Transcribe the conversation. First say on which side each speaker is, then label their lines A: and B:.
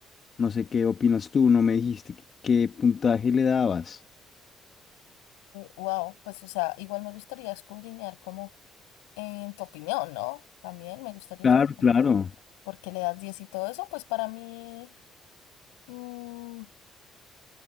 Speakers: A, on the left; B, on the left.
A: No sé qué opinas tú, no me dijiste qué qué puntaje le dabas.
B: wow, pues o sea, igual me gustaría escudriñar como en tu opinión, ¿no? También me gustaría
A: Claro,
B: escuchar
A: claro.
B: por qué le das 10 y todo eso. Pues para mí, mm,